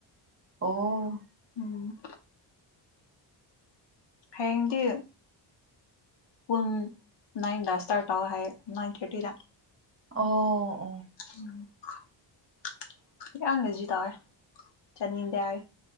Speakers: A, on the right; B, on the left.
A: ꯑꯣ
B: ꯎꯝ ꯍꯌꯦꯡꯗꯤ ꯄꯨꯟ ꯅꯥꯏꯟꯗꯥ ꯁꯇꯥꯔꯠ ꯇꯧ ꯍꯥꯏꯌꯦ ꯅꯥꯏꯟ ꯊꯥꯔꯇꯤꯗ
A: ꯑꯣ ꯑꯣ
B: ꯎꯝ ꯏꯔꯥꯡꯒꯁꯨ ꯇꯧꯋꯦ ꯆꯠꯅꯤꯡꯗꯦ ꯍꯥꯏ